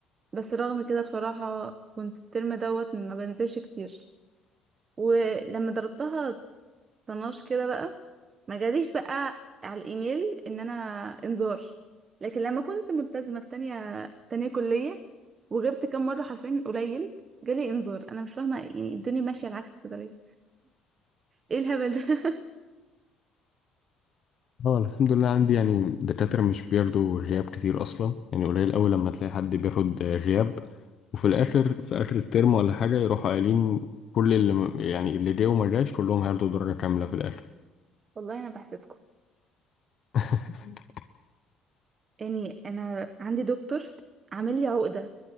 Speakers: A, on the right; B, on the left.
A: بس رغم كده بصراحة كنت الترم دوت ما بنزلش كتير ولما ضربتها طناش كده بقى ما جاليش بقى على الايميل ان انا انذار لكن لما كنت ملتزمه في تانية تانية كليه وغبت كام مره حرفيا قليل جالي انذار انا مش فاهمه يعني الدنيا ماشيه العكس كده ليه ايه الهبل ده <laughs>
B: اه الحمد لله عندي يعني دكاترة مش بياخدوا غياب كتير أصلا يعني قليل أوي لما تلاقي حد بياخد آه، غياب وفي الآخر في آخر الترم ولا حاجة يروحوا قايلين كل اللي م- يعني اللي جه وما جاش كلهم هياخدوا درجة كاملة في الآخر
A: والله انا بحسدكم
B: <laughs>
A: يعني انا عندي دكتور عامل لي عقده